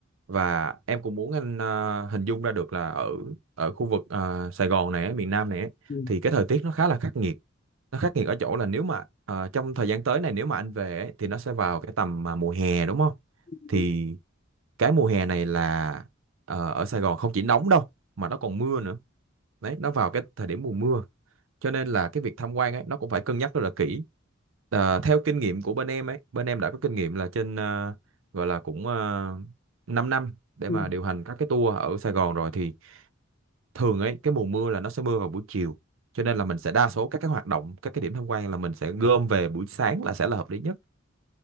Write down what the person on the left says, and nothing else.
ừ,
ừ,
ừ.